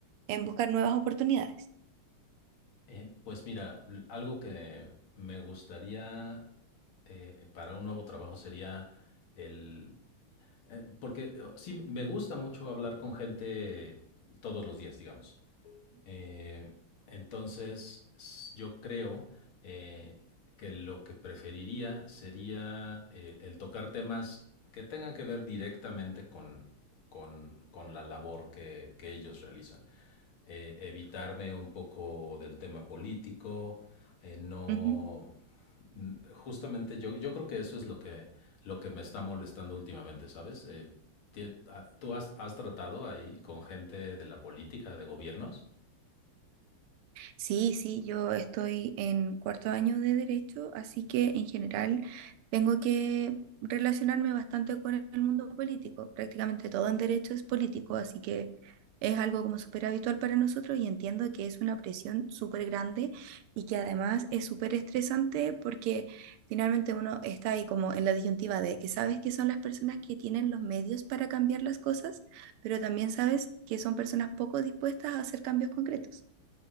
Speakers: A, on the right; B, on the left.
A: en buscar nuevas oportunidades?
B: Eh, pues mira, l- algo que me gustaría eh, para un nuevo trabajo sería el... eh, porque eh, sí, me gusta mucho hablar con gente todos los días, digamos. Eh, entonces, yo creo eh, que lo que preferiría sería eh, el tocar temas que tengan que ver directamente con, con- con la labor que, que ellos realizan. Eh, evitarme un poco del tema político, eh, no...
A: Ujú,
B: mm, Justamente yo, yo creo que eso es lo que, lo que me está molestando últimamente, ¿sabes? Eh, ti- a- ¿Tú has, has tratado ahí con gente de la política, de gobiernos?
A: Sí, sí, yo estoy en cuarto año de derecho, así que en general tengo que relacionarme bastante con el mundo político. Prácticamente todo en derecho es político, así que es algo como súper habitual para nosotros y entiendo que es una presión súper grande y que además es súper estresante porque finalmente uno está ahí como en la disyuntiva de que sabes que son las personas que tienen los medios para cambiar las cosas, pero también sabes que son personas poco dispuestas a hacer cambios concretos.